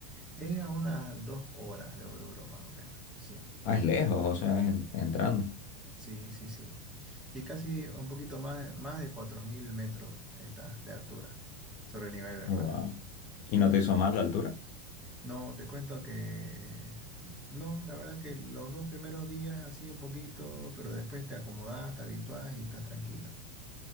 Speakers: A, in the centre; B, on the left.
A: Es a unas dos horas de Oruro, más o menos, sí.
B: Ah, es lejos, o sea, es en- entrando.
A: Sí, sí, sí. Y casi un poquito más, más de 4.000 metros está de altura sobre el nivel del
B: Wow.
A: mar.
B: ¿Y no te hizo mal la altura?
A: No, te cuento que no, la verdad que los dos primeros días así un poquito, pero después te acomodás, te habituás y estás tranquila.